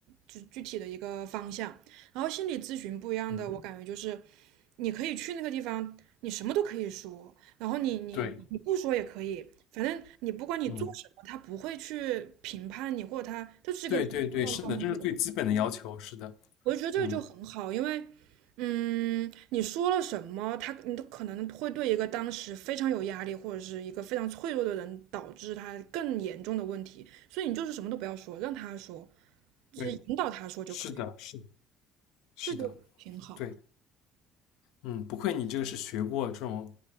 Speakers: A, on the right; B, on the left.
A: 具具体的一个方向，然后心理咨询不一样的，
B: 嗯，
A: 我感觉就是你可以去那个地方，你什么都可以说，然后你你你不说也可以，
B: 对，
A: 反正你不管你做什么，
B: 嗯
A: 他不会去评判你，或者他他就是一个中中立的。
B: 对对对，是的，这是最基本的要求。是的，
A: 我就觉得这个就很好，
B: 嗯，
A: 因为，嗯，你说了什么，他你都可能会对一个当时非常有压力或者是一个非常脆弱的人，导致他更严重的问题，所以你就是什么都不要说，让他说，就是引导他说就可以了
B: 对，是的，是的是的，
A: 这就挺好。
B: 对，嗯，不愧你这个是学过这种